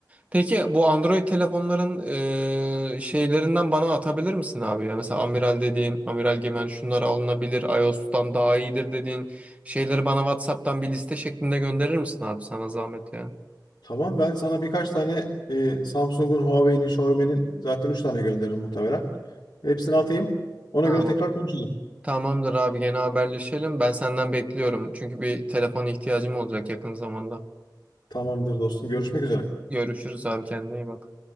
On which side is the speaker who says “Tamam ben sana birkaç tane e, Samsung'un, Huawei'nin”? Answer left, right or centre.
Left